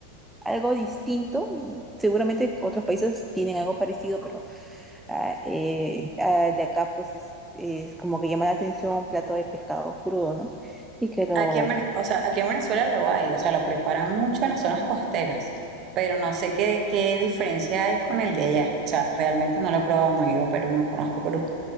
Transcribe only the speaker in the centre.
algo distinto, seguramente otros países tienen algo parecido, pero ah, eh, ah, de acá pues es, es como que llama la atención un plato de pescado crudo, ¿no? Y que lo,